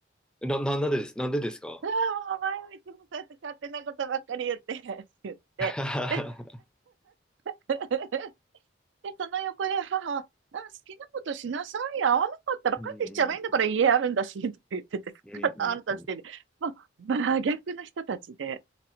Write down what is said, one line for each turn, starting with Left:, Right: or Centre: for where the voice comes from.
Centre: な、な、なんでです、なんでですか
Right: もうお前はいつもそうやって勝手なことばっかり言って、って言って。
Centre: <laughs>
Right: で、<laughs> で、その横で母は、あ、好きなことしなさいよ。合わなかったら帰ってきちゃえばいいんだから家あるんだし、
Centre: うん、うん、
Right: とか言ってて、
Centre: うん、
Right: <laughs>
Centre: うん、
Right: あんたしてる。
Centre: うん。うん
Right: <laughs> まあ、真逆の人たちで、